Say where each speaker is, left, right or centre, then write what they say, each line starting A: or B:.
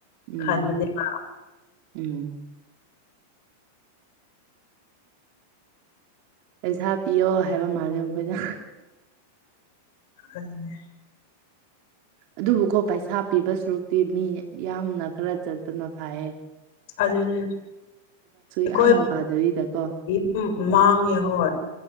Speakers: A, on the right (about 55°); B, on the left (about 60°).
A: ꯎꯝ
B: ꯈꯟꯕꯅꯦꯕ
A: ꯎꯝ ꯄꯩꯁꯥ ꯄꯤꯌꯣ ꯍꯥꯢꯕ ꯃꯥꯜꯂꯦ ꯃꯈꯣꯢꯗ
B: ꯑꯗꯨꯅꯦ
A: ꯑꯗꯨꯕꯨꯀꯣ ꯄꯩꯁꯥ ꯄꯤꯕ ꯁꯔꯨꯛꯇꯤ ꯃꯤ ꯌꯥꯝꯅ ꯈꯔ ꯆꯠꯄꯅ ꯐꯥꯢꯌꯦ
B: ꯑꯗꯨꯅꯦ ꯑꯩꯈꯣꯢ
A: ꯌꯥꯝ ꯋꯥꯗꯕꯤꯗꯀꯣ
B: <unintelligible> ꯃꯥꯡꯉꯦ ꯍꯣꯢ